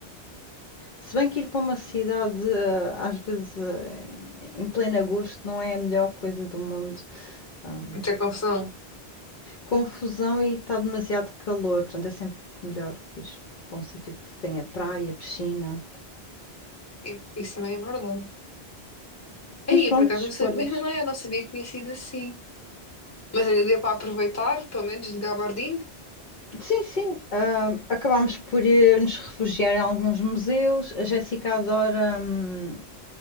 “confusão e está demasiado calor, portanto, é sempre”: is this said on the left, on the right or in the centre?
Left